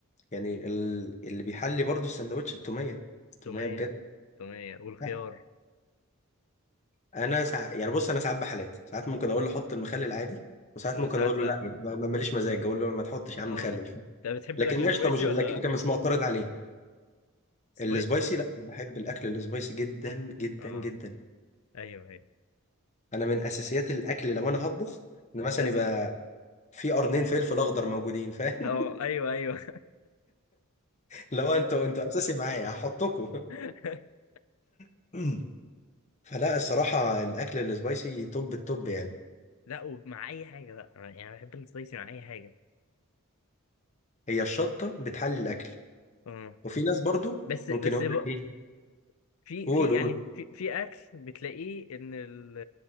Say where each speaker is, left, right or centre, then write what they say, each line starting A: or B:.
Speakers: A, on the left; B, on the left.
A: يعني ال اللي بيحلي برضو السندوتش التوميه التوميه
B: تومية
A: بجد
B: تومية والخيار
A: لا انا سع... يعني بص انا ساعات بحالات ساعات ممكن اقول له حط المخلل عادي وساعات
B: وساعات
A: ممكن اقول له
B: لا
A: لا يعني ما- ما- ماليش مزاج اقول له ما تحطش يا عم
B: اه
A: مخلل
B: ده بتحب
A: لكن
B: الاكل
A: قشطه
B: سبايسي
A: مش لكن
B: ولا لا
A: كان مش معترض عليه
B: سباي
A: السبايسي
B: بتحب
A: لا
B: ال-
A: بحب الاكل السبايسي جدا جدا
B: اه
A: جدا
B: ايوه ايوه
A: انا من اساسيات الاكل لو انا هطبخ ان مثلا
B: لازم
A: يبقى في قرنين فلفل اخضر موجودين فاهم
B: اه ايوه ايوه
A: <laughs> لو انتوا انتوا اساسي معايا هحطكوا
B: <laughs>
A: <clears throat> فلا الصراحه الاكل السبايسي توب التوب يعني
B: لا ومع اي حاجه بقى يعني بحب السبايسي مع اي حاجه
A: هي الشطه بتحلي الاكل
B: اه
A: وفي ناس برضو
B: بس
A: ممكن
B: بس
A: يقول
B: بقى
A: لك ايه
B: في
A: قول
B: في يعني
A: قول
B: في في اكل بتلاقيه ان ال-